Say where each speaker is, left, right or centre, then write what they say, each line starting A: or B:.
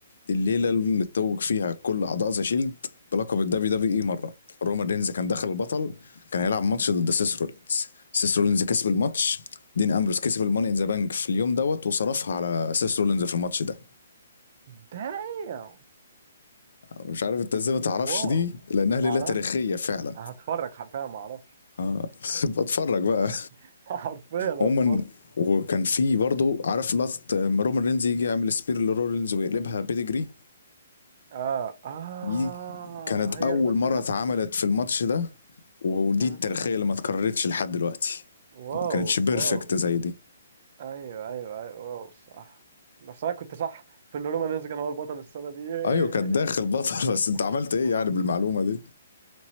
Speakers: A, on the left; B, on the right.
A: الليله اللي اتوج فيها كل اعضاء ذا شيلد بلقب الدبليو دبليو اي مره رومان رينز كان دخل البطل كان هيلعب ماتش ضد سيس رولينز سيس رولينز كسب الماتش دين امبروس كسب الماني ان ذا بانك في اليوم دوت وصرفها على سيس رولينز في الماتش ده
B: دايم
A: مش عارف انت ازاي ما تعرفش
B: واو
A: دي لانها
B: ما
A: ليله
B: اعرفش
A: تاريخيه فعلا
B: هتفرج حرفيا ما اعرفش
A: <laughs> <applause> بتفرج بقى
B: <laughs> حرفيا
A: عموما
B: هتفرج
A: وكان في برضه عارف لقطه لما رومان رينز يجي يعمل سبير لرولينز ويقلبها بيدجري
B: اه اه
A: دي كانت
B: هي
A: أول
B: الماتش
A: مرة
B: ده
A: اتعملت في الماتش ده ودي
B: آه.
A: التاريخية اللي ما اتكررتش لحد دلوقتي
B: واو
A: ما كانتش بيرفكت
B: واو
A: زي دي
B: ايوه ايوه ايوه واو صح بس انا كنت صح في ان رومان يزجن هو البطل السنه دي ياه.
A: أيوة كانت داخل بطل <laughs>
B: <laughs>
A: بس أنت عملت إيه يعني بالمعلومة دي